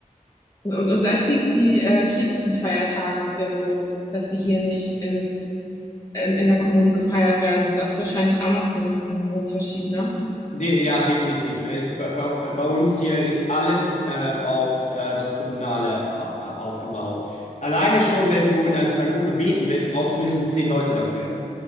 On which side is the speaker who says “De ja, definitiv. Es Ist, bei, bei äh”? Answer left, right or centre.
Left